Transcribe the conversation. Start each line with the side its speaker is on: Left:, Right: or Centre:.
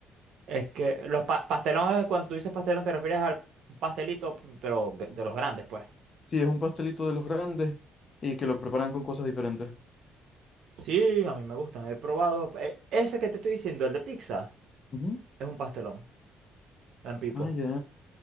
Right: Es que los pa- pastelón, eh, cuando tú dices pastelón, te refieres al pastelito, pero gr- de los grandes, pues.
Left: Sí, es un pastelito de los grandes y que lo preparan con cosas diferentes.
Right: Sí, a mí me gustan, he probado. eh, Ese que te estoy diciendo, el de pizza,
Left: ujú.
Right: es un pastelón en pipo.
Left: Ah, ya.